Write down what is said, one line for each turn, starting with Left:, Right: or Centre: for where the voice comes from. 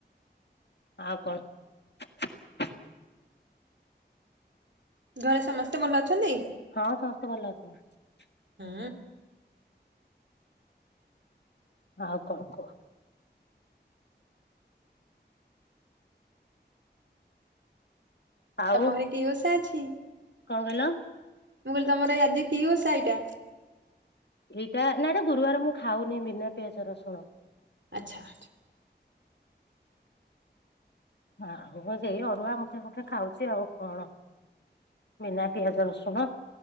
Left: ଆଉ କଣ?
Right: ଘରେ ସମସ୍ତେ ଭଲ ଅଛନ୍ତି।
Left: ହଁ ସମସ୍ତେ ଭଲ ଅଛନ୍ତି।
Right: ହୁଁ।
Left: ଆଉ କଣ କୁହ। ଆଉ
Right: ତମ ଘରେ କି ଓଷା ଅଛି।
Left: କଣ କହିଲ?
Right: ମୁଁ କହିଲି ତମର ଏଇ ଆଜି କି ଓଷା ଏଇଟା?
Left: ଏଇଟା ନା ଏଟା ଗୁରୁବାର ମୁଁ ଖାଉନି ବିନା ପିଆଜ ରସୁଣ।
Right: ଆଚ୍ଛା।
Left: ଆ ହଉ ସେଇ ଅରୁଆ ଗୋଟେ ଗୋଟେ ଖାଉଛି ଆଉ କଣ। ବିନା ପିଆଜ ରସୁଣ